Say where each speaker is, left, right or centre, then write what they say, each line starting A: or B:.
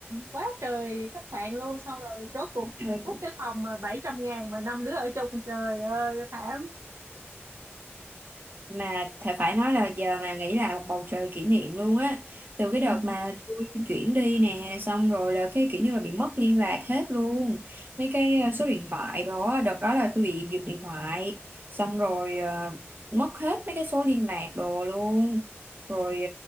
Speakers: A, on the right; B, on the right.
A: quá trời khách sạn luôn xong rồi rốt cuộc
B: rồi
A: book
B: <laughs>
A: cái phòng mà bảy trăm ngàn mà năm đứa ở chung trời ơi thảm
B: mà thà phải nói là giờ mà nghĩ là một bầu trời kỷ niệm luôn á từ cái
A: ừ
B: đợt mà tôi chuyển đi nè xong rồi là cái kiểu như là bị mất liên lạc hết luôn mấy cái ờ, số điện thoại đó đợt đó là tôi bị giật điện thoại xong rồi ờ, mất hết mấy cái số liên lạc đồ luôn rồi